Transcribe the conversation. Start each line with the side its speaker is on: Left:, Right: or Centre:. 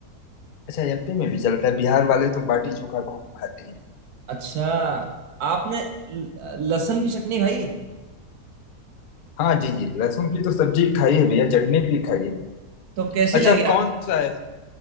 Left: अच्छा एमपी में भी चलता है बिहार वाले तो बाटी चोखा खूब खाते हैं
Right: अच्छा आपने ल- लहसुन की चटनी खाई
Left: हाँ जी जी लहसुन की तो सब्जी खाई है भैया चटनी भी खाई है
Right: तो कैसी
Left: अच्छा
Right: लगी आप
Left: कौन सा है